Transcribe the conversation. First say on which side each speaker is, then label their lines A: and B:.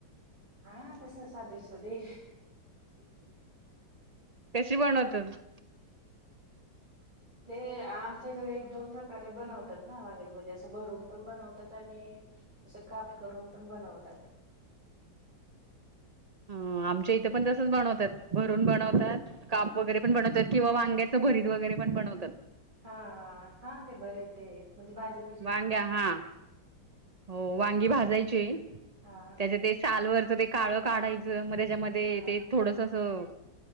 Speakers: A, on the right (about 20°); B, on the right (about 60°).
A: हा तस साधे-साधे.
B: कशी बनवतात?
A: ते आमच्या इथ एक दोन प्रकारे बनवतात ना वांग्याची भाजी असं भरून पण बनवतात आणि असं काप करून पण बनवतात.
B: हम्म आमच्या इथे पण तसच बनवतात. भरून बनवतात काप वगैरे पण बनवतात किंवा वांग्याचं भरीत वगैरे पण बनवतात.
A: हां हां हा ते बरे ते म्हणजे भाजी
B: वांग्या हा हो वांगी भाजायची
A: हा
B: तेज ते सालवरचं ते काळं काढायचं मग त्याच्यामध्ये
A: हा
B: ते थोडस असं‌